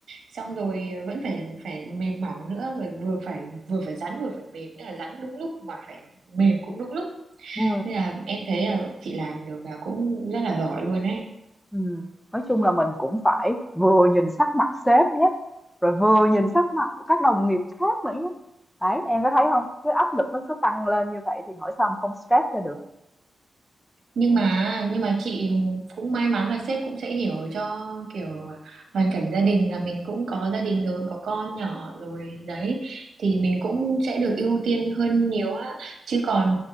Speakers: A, on the right; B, in the centre.
A: xong rồi vẫn phải phải mềm mỏng nữa và vừa phải vừa phải rắn vừa phải mềm nghĩa là rắn đúng lúc mà phải mềm cũng đúng lúc
B: Ừ.
A: nên là em thấy là chị làm được là cũng rất là giỏi luôn đấy
B: Ừm, nói chung là mình cũng phải vừa nhìn sắc mặt sếp nhé, rồi vừa nhìn sắc mặt của các đồng nghiệp khác nữa nhé. Đấy, em có thấy không? Cái áp lực nó cứ tăng lên như vậy thì hỏi sao mà không stress cho được.
A: nhưng mà nhưng mà chị cũng may mắn là sếp cũng sẽ hiểu cho kiểu hoàn cảnh gia đình là mình cũng có gia đình rồi có con nhỏ rồi đấy thì mình cũng sẽ được ưu tiên hơn nhiều á chứ còn